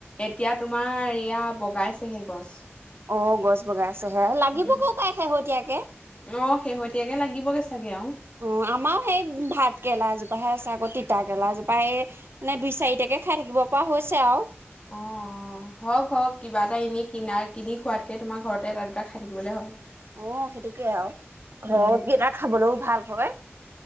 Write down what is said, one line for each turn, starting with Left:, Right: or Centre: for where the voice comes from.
Left: এতিয়া তোমাৰ এয়া বগাইছেহে গছ।
Right: অ গছ বগাই ছেহে লাগিব
Left: উম
Right: গেও পাই শেহতীয়াকে
Left: অ শেহতীয়াকে লাগিবগে চাগে আৰু
Right: অ আমাৰও সেই ভাত কেৰেলা এজোপ আছে আকৌ তিতা কেৰেেলা জোপাই এই মানে দুই চাৰিটাকে খাই থাকিব পৰা হৈছে আও
Left: অ অ হওক হওক কিবা এটা এনেই কনা কিনি খোৱাতকৈ তোমাৰ ঘৰতে এটা দুটা খাই থাকিবলৈ হয়।
Right: অ সেইটোকে আৰু ঘৰত
Left: উম
Right: কেইটা খাবলৈও ভাল। হয়।